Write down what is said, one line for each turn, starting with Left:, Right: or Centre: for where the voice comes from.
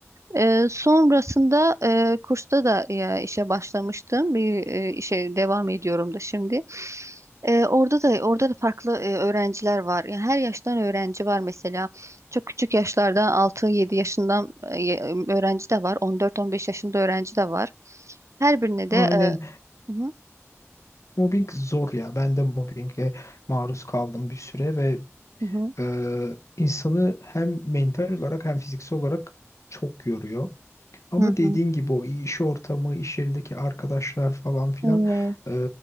Right: Ee, sonrasında e, kursta da e, işe başlamıştım. Bir e, işe devam ediyorum da şimdi. Ee, orada da orada da farklı e, öğrenciler var. Yani her yaştan öğrenci var mesela. Çok küçük yaşlardan altı yedi yaşından e, öğrenci de var. On dört on beş yaşında öğrenci de var. Her birine
Left: Aynen
Right: de e, hı hı,
Left: mobbing zor ya ben de mobbinge maruz kaldım bir süre ve
Right: hı hı,
Left: e, insanı hem mental olarak hem fiziksel olarak çok yoruyor. Ama
Right: hı
Left: dediğin
Right: hı.
Left: gibi o iş ortamı, iş yerindeki arkadaşlar falan filan
Right: Evet.
Left: e,